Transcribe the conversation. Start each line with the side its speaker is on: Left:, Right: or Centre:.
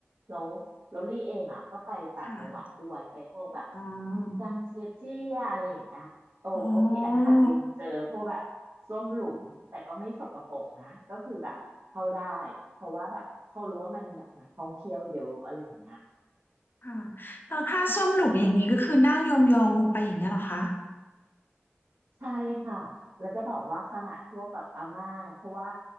Right: แล้วแล้วลี่เองอ่ะก็ไปต่างจังหวัดด้วยไปพวกแบบ
Left: ค่ะอ๋อ
Right: จังเจียเจียอะไรอย่างเงี้ยโอโอเคอันนั้นอาจจะยังเจอพวกแบบส้วมหลุมแต่ก็ไม่สกปรกนะก็คือแบบเข้าได้
Left: อ๋อ
Right: เพราะว่าแบบเขารู้ว่ามันแบบนักท่องเที่ยวเยอะอะไรอย่างเงี้ย
Left: ค่ะแล้วผ้าส้มหลุกอย่างนี้ก็คือนั่งยองๆลงไปอย่างเงี้ยเหรอคะ
Right: ใช่ค่ะแล้วจะบอกว่าขนาดพวกแบบอาม่าเพราะว่า